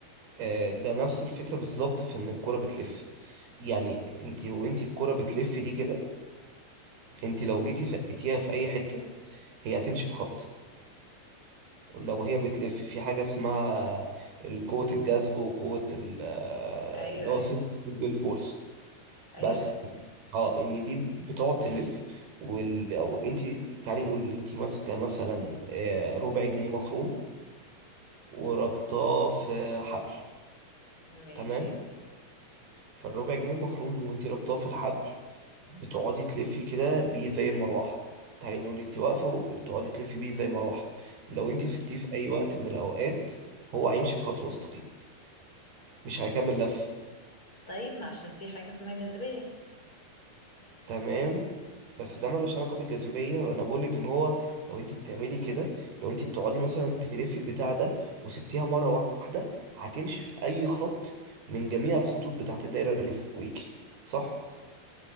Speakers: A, on the right; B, on the left.
A: آه، ده نفس الفكرة بالظبط في ان الكرة بتلف يعني انت وانت الكرة بتلف دي كده انت لو جيتي زقتيها في اي حتة هي هتمشي في خط لو هي بتلف في حاجة اسمها ال- قوة الجذب وقوة ال- آه،
B: أيوة
A: اللي هو
B: أيوة
A: centrifugal فورس
B: أيوة
A: بس
B: أيوة
A: اه ان دي بتقعد تلف وال... او انت تعالي نقول ان انت ماسكة مثلا آه، ربع جنيه مخروم وربطاه في حبل
B: ماشي
A: تمام فالربع جنيه مخروم وانت ربطاه في الحبل بتقعدي تلفي كده بيه زي المروحة تعالي نقول انت واقفة وبتقعدي تلفي بيه زي المروحة لو انت
B: ماشي
A: سبتيه في أي وقت من الأوقات هو هيمشي في خط مستقيم مش هيكمل لف
B: طيب ما عشان في حاجة اسمها جاذبية
A: تمام بس ده ملوش علاقة بالجاذبية أنا بقولك إن هو لو انت بتعملي كده لو انت بتقعدي مثلا تلفي البتاع ده وسبتيها مرة واحدة هتمشي في أي خط من جميع الخطوط بتاعت الدايرة اللي فوقيكي صح؟